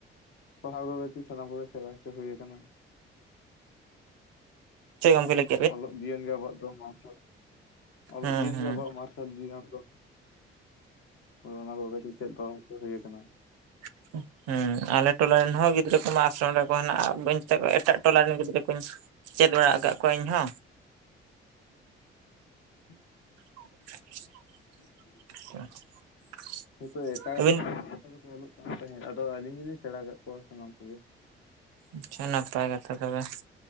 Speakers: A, on the left; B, on the right.
A: ᱯᱟᱲᱦᱟᱣ ᱠᱚ ᱵᱮᱥ ᱴᱷᱤᱠ ᱥᱟᱱᱟᱢ ᱠᱚᱜᱮ ᱥᱮᱵᱟ ᱦᱚᱪᱚ ᱦᱩᱭ ᱟᱠᱟᱱᱟ ᱾
B: ᱪᱮᱫ ᱠᱚᱢᱯᱞᱤᱴ
A: ᱚᱞᱚᱜ ᱡᱤᱭᱚᱱ ᱜᱮ ᱟᱵᱚᱣᱟᱜ ᱫᱚ ᱢᱟᱨᱥᱟᱞ, ᱚᱞᱚᱜ
B: ᱦᱩᱸ
A: ᱡᱤᱭᱚᱱ
B: ᱦᱩᱸ
A: ᱜᱮ ᱟᱵᱚᱣᱟᱜ ᱢᱟᱨᱥᱟᱞ ᱥᱡᱤᱭᱚᱱ ᱫᱚ ᱦᱚᱭ ᱚᱱᱟ ᱠᱚ ᱠᱟᱹᱡ ᱪᱮᱫ ᱫᱚ ᱦᱩᱭ ᱟᱠᱟᱱᱟ ᱾
B: <inaudible> ᱦᱩᱸ ᱟᱞᱮ ᱴᱚᱞᱟ ᱨᱮᱱ ᱦᱚᱸ ᱜᱤᱫᱽᱨᱟᱹ ᱠᱚᱢᱟ ᱟᱥᱨᱚᱢ ᱨᱮ ᱠᱚ ᱦᱮᱱᱟᱜ, ᱵᱟᱹᱧ ᱢᱮᱛᱟ ᱠᱚᱣᱟ ᱮᱴᱟᱜ ᱴᱚᱞᱟ ᱨᱮᱱ ᱜᱤᱫᱽᱨᱟᱹ ᱠᱩᱧ ᱪᱮᱫ ᱵᱟᱲᱟ ᱟᱠᱟᱫ ᱠᱚᱣᱟ ᱤᱧ ᱦᱚᱸ ᱾
A: <inaudible>
B: <inaudible>
A: ᱦᱳᱭᱛᱳ ᱮᱴᱟᱜᱟᱜ
B: ᱟᱹᱵᱤᱱ
A: ᱠᱚ ᱫᱚᱠᱚ ᱚᱞᱚᱜ ᱠᱟᱱ ᱛᱟᱦᱮᱸᱫ, ᱟᱫᱚ ᱟᱹᱞᱤᱧ ᱜᱮᱞᱤᱧ ᱥᱮᱬᱟ ᱟᱠᱟᱫ ᱠᱚᱣᱟ ᱥᱟᱱᱟᱢ ᱠᱚ ᱜᱮ ᱾
B: ᱟᱪᱪᱷᱟ ᱱᱟᱯᱟᱭ ᱠᱟᱛᱷᱟ ᱛᱚᱵᱮ ᱾